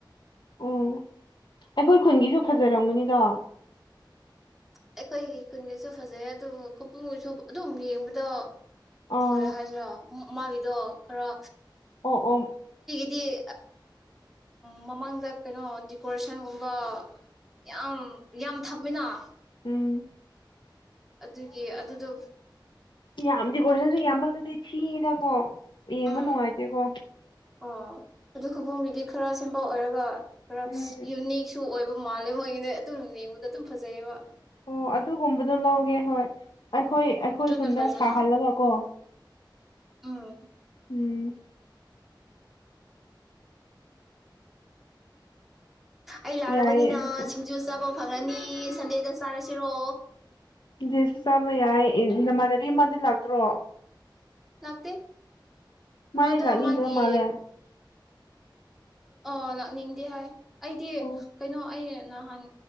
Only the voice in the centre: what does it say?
ꯑꯩꯈꯣꯏꯒꯤ ꯈꯨꯟꯒꯤꯁꯨ ꯐꯖꯩ ꯑꯗꯨꯕꯨ ꯈꯨꯄꯨꯡꯁꯨ ꯑꯗꯨꯝꯨꯛ ꯌꯦꯡꯕꯗꯣ꯫
ꯀ ꯍꯥꯏꯁꯨ꯫ ꯎ ꯃꯥꯒꯤꯗꯣ ꯈꯔ꯫
ꯗꯤ ꯃꯃꯥꯡꯗ ꯀꯩꯅꯣ ꯗꯗꯤꯀꯣꯔꯦꯁꯟꯒꯨꯝꯕ꯫ ꯌꯥꯝ ꯌꯥꯝ ꯊꯝꯃꯤꯅ꯫
ꯑꯗꯨꯒꯤ ꯑꯗꯨꯗꯣ꯫
ꯎꯝ
ꯑꯣ ꯑꯗꯨ ꯈꯨꯕꯣꯡꯒꯤꯗꯤ ꯈꯔ ꯁꯦꯝꯕ ꯑꯣꯏꯔꯒ꯫ ꯈꯔ
ꯌꯨꯅꯤꯛꯁꯨ ꯑꯣꯏꯕ꯫ ꯃꯥꯂꯦꯝ ꯑꯣꯏꯉꯩꯗꯩ ꯑꯗꯨꯝ ꯂꯉꯗ ꯑꯗꯨꯝ ꯐꯖꯩꯑꯕ꯫
ꯑꯗꯨꯅ
ꯐꯖꯩ
ꯎꯝ꯫
ꯑꯩ ꯂꯥꯔꯕꯅꯤꯅ
ꯁꯤꯡꯖꯨ ꯆꯥꯕ꯫ ꯐꯪꯉꯅꯤ ꯁꯟꯗꯦꯗ ꯆꯥꯔꯁꯤꯔꯣ꯫
ꯂꯥꯛꯇ꯫
ꯃꯗꯨ
ꯃꯥꯒꯤ꫰
ꯑꯣ ꯂꯥꯛꯅꯤꯡꯗꯤ ꯍꯥꯏ꯫ ꯑꯩꯗꯤ
ꯀꯩꯅꯣ ꯑꯩ꯫ ꯅꯍꯥꯟ